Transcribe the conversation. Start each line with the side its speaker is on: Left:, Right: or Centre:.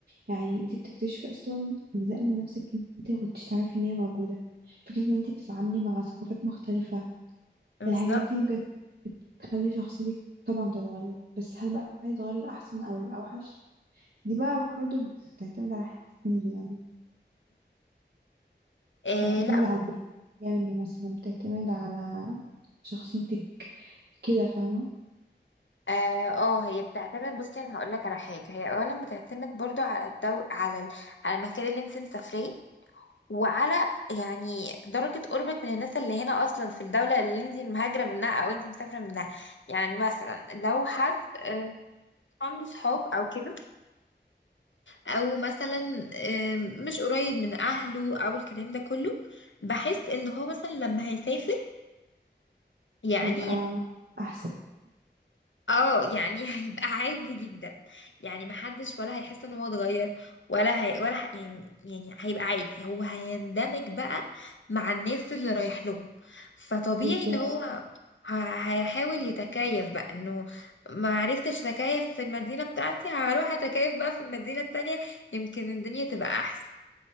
Right: يعني انت بتكتشفي اصلا اجزاء من نفسك انت ما كنتش تعرفي ان هي موجودة فكرة ان انت بتتعاملي مع ثقافات مختلفة
Left: بالظبط
Right: الحاجات دي بجد بتخلي شخصيتك طبعا تتغير بس هل بقى هيتغير الأحسن او الأوحش دي بقى برضو بتعتمد على حاجات كتير يعني
Left: إيه
Right: يعني بتعتمد
Left: لا
Right: على البيت جاي منه مثلا بتعتمد على شخصيتك كده فاهمة
Left: اه آه، هي بتعتمد بصي انا هقول لك على حاجه هي اولا بتعتمد برضو على الدو... على ال... على المكان اللي انت مسافريه وعلى يعني درجه قربك من الناس اللي هنا اصلا في الدوله اللي انت مهاجره منها او انت مسافره منها يعني مثلا لو حد آه، عنده صحاب او كده او مثلا آه، مش قريب من اهله او الكلام ده كله بحس ان هو مثلا لما هيسافر يعني
Right: هيبقى احسن
Left: اه يعني هيبقى عادي جدا يعني محدش ولا هيحس ان هو اتغير ولا هي ولا ح... يعني يعني هيبقى عادي هو هيندمج بقى مع الناس اللي رايح لهم فطبيعي
Right: بالظبط
Left: ان هو ه- هيحاول يتكيف بقى انه ما عرفتش اتكيف في المدينة بتاعتي هروح اتكيف بقى في المدينة التانية يمكن الدنيا تبقى احسن